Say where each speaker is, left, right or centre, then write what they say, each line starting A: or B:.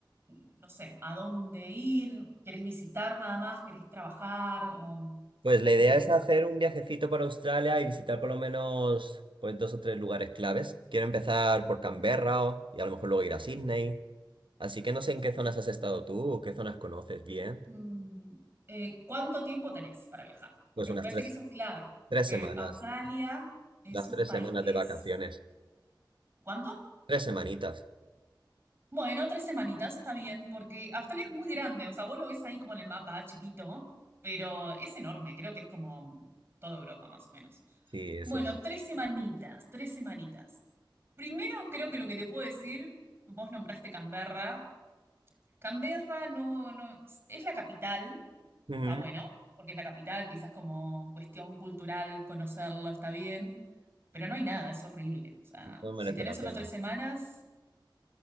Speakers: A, on the right (about 25°); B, on the right (about 80°).
A: no sé, a dónde ir? ¿Querés visitar nada más? ¿Querés trabajar? ¿O
B: Pues la idea
A: qué querés
B: es hacer un viajecito para Australia y visitar por lo menos pues dos o tres lugares claves. Quiero empezar por Canberra o- y a lo mejor luego ir a Sydney. Así que no sé en qué zonas has estado tú o qué zonas conoces bien.
A: Mm, eh, ¿cuánto tiempo tenés para viajar? Porque
B: Pues unas
A: me parece
B: tres,
A: que eso es clave.
B: tres
A: Porque
B: semanas,
A: Australia es
B: las tres
A: un país
B: semanas
A: que
B: de vacaciones.
A: es... ¿Cuánto?
B: Tres semanitas.
A: Bueno, tres semanitas está bien, porque Australia es muy grande. O sea, vos lo ves ahí como en el mapa, chiquito, pero es enorme. Creo que es como toda Europa, más o menos.
B: Sí, eso.
A: Bueno, tres semanitas, tres semanitas. Primero, creo que lo que te puedo decir, vos nombraste Canberra. Canberra no, no, es la capital.
B: Ujú.
A: está bueno, porque es la capital, quizás como cuestión cultural conocerlo está bien, pero no hay nada, es horrible. O sea,
B: No merece
A: si tenés
B: la
A: solo
B: pena.
A: tres semanas,